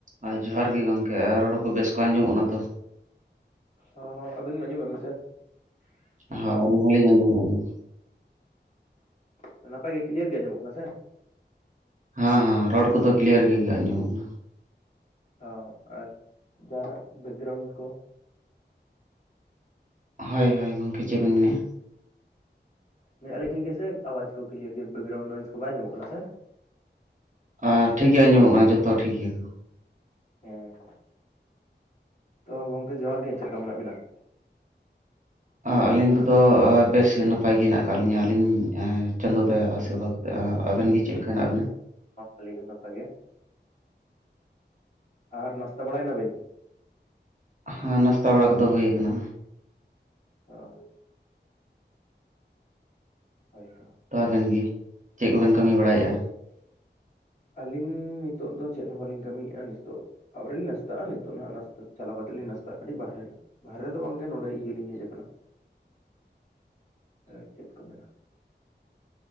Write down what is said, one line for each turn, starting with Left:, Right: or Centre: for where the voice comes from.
Right: ᱟ ᱡᱚᱦᱟᱨ ᱜᱮ ᱜᱚᱝᱠᱮ ᱟᱨ ᱨᱚᱲ ᱠᱚ ᱵᱮᱥ ᱠᱚ ᱟᱸᱡᱚᱢᱚᱜ ᱠᱟᱱᱟ ᱛᱚ?
Left: ᱦᱚᱸ ᱟᱹᱵᱤᱱ ᱟᱸᱡᱚᱢᱮᱜ-ᱟ ᱵᱤᱱ ᱥᱮ?
Right: ᱦᱚᱸ ᱟᱞᱤᱧ ᱦᱚᱸᱞᱤᱧ ᱟᱸᱡᱚᱢᱮᱜᱼᱟ ᱞᱤᱧ᱾
Left: ᱦᱚᱸ ᱱᱟᱯᱟᱭ ᱜᱮ ᱠᱞᱤᱭᱟᱨ ᱜᱮ ᱟᱸᱡᱚᱢᱚᱜ ᱠᱟᱱᱟ ᱥᱮ?
Right: ᱦᱚᱸ ᱦᱚᱸ ᱨᱚᱲ ᱠᱚᱫᱚ ᱠᱞᱤᱭᱟᱨ ᱜᱮ ᱜᱮ ᱟᱸᱡᱚᱢᱚᱜ ᱠᱟᱱᱟ᱾
Left: ᱦᱚᱸ ᱟᱨ ᱡᱟᱦᱟᱱᱟᱜ ᱵᱮᱠᱜᱨᱟᱣᱩᱱᱰ ᱠᱚ?
Right: ᱦᱳᱭ ᱦᱳᱭ ᱜᱚᱝᱠᱮ ᱪᱮᱜ ᱵᱮᱱ ᱢᱮᱱᱮᱜᱼᱟ?
Left: ᱞᱟ. ᱭ ᱟᱞᱤᱧ ᱴᱷᱤᱠ ᱜᱮᱥᱮ ᱟᱣᱟᱡ ᱠᱚ ᱠᱞᱤᱭᱟᱨ ᱜᱮ ᱵᱮᱠᱜᱨᱟᱣᱩᱱ ᱱᱚᱭᱮᱥ ᱠᱚ ᱵᱟᱭ ᱟᱸᱢᱚᱢᱚᱜ ᱠᱟᱱᱟ ᱥᱮ?
Right: ᱟ ᱴᱷᱤᱠ ᱜᱮ ᱟᱸᱡᱚᱢᱚᱜ ᱠᱟᱱᱟ ᱡᱚᱛᱚ ᱴᱷᱤᱠ ᱜᱮᱭᱟ᱾
Left: ᱦᱮᱸ, ᱛᱚ ᱜᱚᱝᱠᱮ ᱡᱚᱦᱟᱨ ᱜᱮ, ᱪᱮᱜ ᱞᱮᱠᱟ ᱢᱮᱱᱟᱜ ᱵᱤᱱᱟ?
Right: ᱟ ᱟᱹᱞᱤᱧ ᱠᱚᱫᱚ ᱵᱮᱥ ᱱᱟᱯᱟᱭ ᱜᱮ ᱦᱮᱱᱟᱜ ᱠᱟᱜ ᱞᱤᱧᱟᱹ ᱟᱹᱞᱤᱧ ᱟ ᱪᱟᱸᱫᱚ ᱫᱟᱭᱟᱜ ᱟᱥᱤᱨᱵᱟᱫ ᱛᱮ ᱟ ᱟᱵᱮᱱ ᱜᱮ ᱪᱮᱫ ᱞᱮᱠᱟ ᱦᱮᱱᱟᱜ ᱵᱮᱱᱟ?
Left: ᱦᱚᱸ ᱟᱹᱞᱤᱧ ᱦᱚᱸ ᱱᱟᱯᱟᱭ ᱜᱮ, ᱟᱨ ᱱᱟᱥᱛᱟ ᱵᱟᱲᱟᱭᱮᱱᱟᱵᱤᱱ?
Right: ᱦᱮᱸ ᱱᱟᱥᱛᱟ ᱵᱟᱲᱟ ᱠᱚᱫᱚ ᱦᱩᱭ ᱠᱟᱱᱟ᱾
Left: ᱚ᱾ ᱦᱳᱭᱛᱚ᱾
Right: ᱛᱚ ᱟᱵᱮᱱ ᱜᱮ ᱪᱮᱫ ᱠᱚᱵᱮᱱ ᱠᱟᱹᱢᱤ ᱵᱟᱲᱟᱭᱮᱜᱼᱟ?
Left: ᱟᱹᱞᱤᱧ ᱱᱤᱛᱚᱜ ᱫᱚ ᱪᱮᱫ ᱦᱚᱸ ᱵᱟᱹᱞᱤᱧ ᱠᱟᱹᱢᱤᱭᱮᱜᱼᱟ ᱱᱤᱥᱛᱚᱜ ᱟᱹᱣᱨᱤ ᱞᱤᱧ ᱱᱟᱥᱛᱟᱜᱼᱟ ᱱᱤᱛᱚᱜ ᱱᱟᱦᱟᱜ ᱱᱟᱥᱛᱟ ᱪᱟᱞᱟᱣ ᱠᱟᱛᱮᱜ ᱞᱤᱧ ᱱᱟᱥᱛᱟᱜ ᱠᱟᱴᱤᱡ ᱵᱟᱦᱨᱮ ᱨᱮ᱾ ᱵᱟᱦᱨᱮ ᱫᱚ ᱵᱟᱝᱜᱮ ᱱᱚᱸᱰᱮ ᱤᱭᱟᱹᱞᱤᱧ ᱦᱮᱡ ᱟᱠᱟᱱᱟ᱾
Right: <inaudible>
Left: ᱮᱸ ᱪᱮᱫ ᱠᱚ ᱢᱮᱱᱟ?